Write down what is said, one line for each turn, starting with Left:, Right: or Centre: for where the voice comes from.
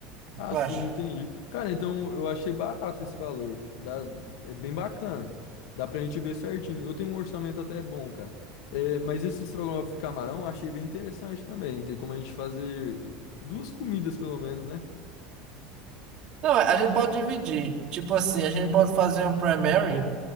Right: O
Left: Ah,
Right: que tu
Left: sim,
Right: acha?
Left: entendi. Cara, então eu achei barato esse valor. Dá, é bem bacana. Dá pra gente ver certinho. Eu tenho um orçamento até bom, cara. É, mas esse estrogonofe de camarão eu achei bem interessante também. Tem como a gente fazer duas comidas, pelo menos, né?
Right: Não, a gente pode dividir. Tipo assim, a gente pode fazer um primary